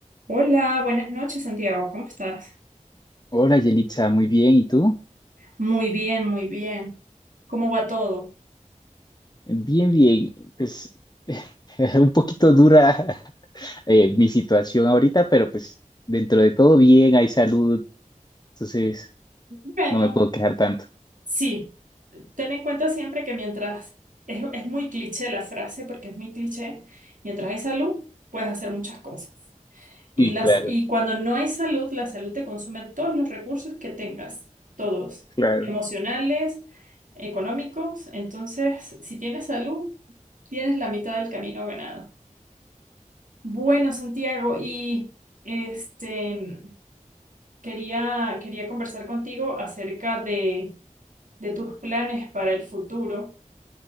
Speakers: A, on the right; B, on the left.
A: Hola, buenas noches, Santiago. ¿Cómo estás?
B: Hola Yelitza, muy bien. ¿Y tú?
A: Muy bien, muy bien. ¿Cómo va todo?
B: Bien, bien. Pues <laughs> un poquito dura <laughs> eh, mi situación ahorita, pero pues dentro de todo bien, hay salud, entonces
A: Bueno,
B: no me puedo quejar tanto.
A: sí, ten en cuenta siempre que mientras es, es muy cliché la frase, porque es muy cliché, mientras hay salud, puedes hacer muchas cosas. Y
B: Sí,
A: las,
B: claro,
A: y cuando no hay salud, la salud te consume todos los recursos que tengas, todos,
B: claro.
A: emocionales, económicos. Entonces, si tienes salud, tienes la mitad del camino ganado. Bueno, Santiago, y este Quería, quería conversar contigo acerca de, de tus planes para el futuro.